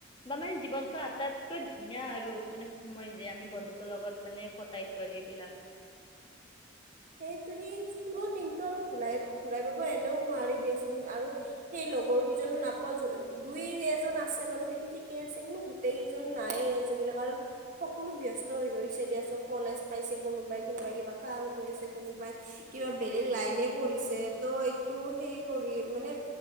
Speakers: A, on the left; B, on the right.
A: বা মানে জীৱন ক আটাইতকৈ ধুনীয়া আৰু মানে সময় যে আমি বন্ধুতৰ লগত মানে কটাইছো আৰু এইবিলাক
B: সেইটো সেই স্কুলৰ দিনটো আৰু ঘূৰাই ঘূৰাই পাব এনেও নোৱাৰি দিয়াচোন আৰু সেই লগৰ কেইজনো নাপাওঁ দুই -এজন আছে বাৰু সেইটো ঠিকেই আছে কিন্তু গোটেই কেইজন নাই আজিকালি কাৰণ সকলো ব্যস্ত হৈ গৈছে দিয়াচোন কলেজ পাইছে কোনোবাই কোনোবাই কিবা কাম কৰিছে কোনোবাই কিবা বেলেগ লাইনে পঢ়িছে ত' এইটো হেই কৰি মানে